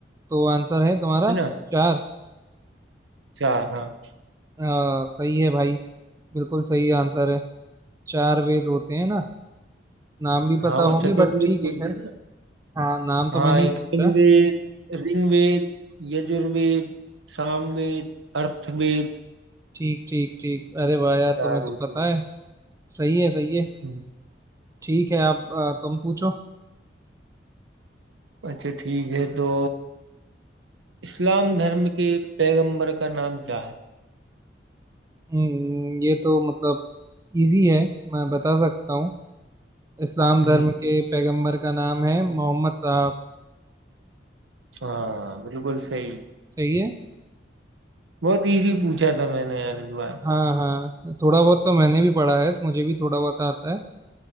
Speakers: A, on the right; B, on the right.
A: तो आंसर है तुम्हारा
B: है ना
A: चार
B: चार हाँ
A: आ, सही है भाई बिल्कुल सही आंसर है चार वेद होते हैं ना नाम भी
B: हाँ
A: पता
B: वो
A: होंगे
B: चतुर्वेद
A: बट ठीक
B: बोलते
A: है खैर
B: हैं
A: हाँ नाम तो
B: हाँ
A: मैं नहीं
B: एक
A: पूछा
B: ऋग्वेद ऋग्वेद यजुर्वेद सामवेद अर्थवेद
A: ठीक ठीक ठीक अरे भाया तुम्हें
B: चार
A: तो
B: होते
A: पता
B: हैं
A: है सही है सही है
B: हम्म,
A: ठीक है आप आ, तुम पूछो
B: अच्छा ठीक है तो इस्लाम धर्म के पैगंबर का नाम क्या है
A: हम्म, ये तो मतलब इजी है मैं बता सकता हूँ इस्लाम
B: हम्म
A: धर्म के पैगंबर का नाम है मोहम्मद साहब
B: हाँ बिल्कुल सही
A: सही है
B: बहुत इजी पूछा था मैंने यार इस बार
A: हाँ हाँ थोड़ा बहुत तो मैंने भी पढ़ा है मुझे भी थोड़ा बहुत आता है